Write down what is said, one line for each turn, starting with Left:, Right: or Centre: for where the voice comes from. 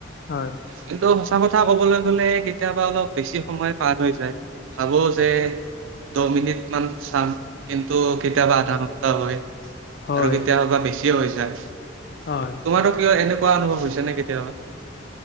Left: হয়,
Right: কিন্তু এটা কথা ক'বলৈ গ'লে কেতিয়াবা অলপ বেছি সময় পাৰ হৈ যায় ভাবোঁ যে দহ মিনিট মান চাম কিন্তু কেতিয়াবা আধা ঘন্টা হয়।
Left: হয়,
Right: আৰু কেতিয়া বা বেছিয়ে হৈ যায়
Left: হয়।
Right: তোমাৰো কিয় এনেকুৱা কোৱা অনুভৱ হৈছে নে কেতিয়াবা?